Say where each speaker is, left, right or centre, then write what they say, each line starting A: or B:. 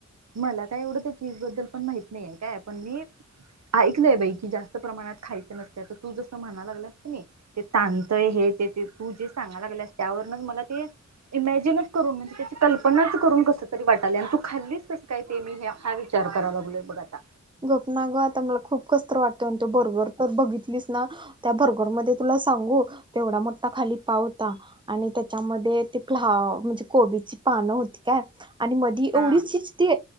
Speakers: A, on the right; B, on the right.
A: मला काय एवडं चीज बद्दल पण माहित नाहीये काय पण मी ऐकलंय बाई कि जास्त प्रमाणात खायचं नसत तर तू जस म्हणाला लागलास की नाही ते तांणतय हे ते ते तू जे सांगाला लागलस त्यावरूनच मला ते इमॅजिन करून म्हणजे त्याची कल्पनाच करून कस तरी वाटाली आणि तू खाल्लीच काय ते मी हे हा विचार कराव लागलोय बघ आता
B: गप ना ग आता मला खूप कसंतरी वाटत आणि तू बरोबर तर बघितलीस ना त्या बर्गर मध्ये तुला सांगू तेवढा मोठा खाली पावता आणि त्याच्यामध्ये ते फ म्हणजे कोबीची पानं होती काय आणि मधी एवढीच
A: हा
B: ते